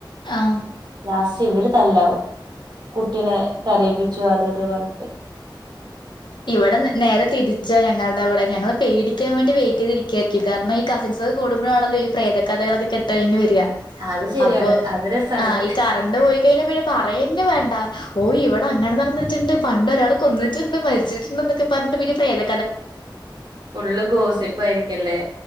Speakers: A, on the left; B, on the right.
A: ആഹ്
B: ലാസ്റ്റ് ഇവര് തല്ലാവും കുട്ടിനെ കരയിപ്പിച്ചു അത് ഇത് പറഞ്ഞു
A: ഇവിടെ നേരെ തിരിച്ചാ ഞങ്ങളുടെ അവിടെ ഞങ്ങള് പേടിക്കാൻ വേണ്ടി വെയിറ്റ് യ്തിരിക്കായിരിക്കും കാരണം ഈ കസിൻസ് കൂടുമ്പോഴാണല്ലോ ഇ പ്രേത കഥകളെക്കക്കെട്ട് കഴിഞ് വരിക.
B: അത് ശരിയാണ്
A: അപ്പൊ
B: അത് രസാണ്
A: ആഹ ഈ കറണ്ട് പോയി കഴിഞ്ഞാൽ പിന്നെ പറയന്നെ വേണ്ട.. ഓ ഇവിടെ അങ്ങനെ നടന്നിട്ടുണ്ട് പണ്ട് ഒരാൾ കൊന്നിട്ടുണ്ട് മരിച്ചിട്ടുണ്ട് എന്നൊക്കെ പറഞ്ഞ് പിന്നെ പ്രേത
B: ഫുള്ള് ഗോസിപ്പാ ആയിരിക്കല്ലേ.